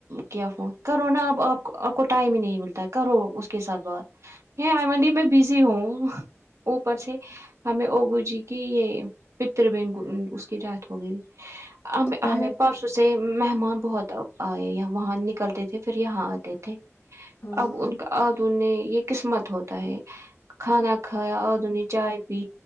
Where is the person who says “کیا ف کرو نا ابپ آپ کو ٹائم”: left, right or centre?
Right